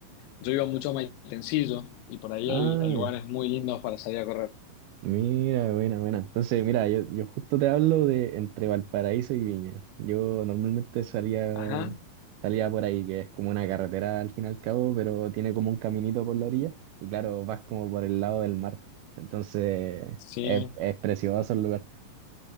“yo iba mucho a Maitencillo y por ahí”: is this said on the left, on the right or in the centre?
Left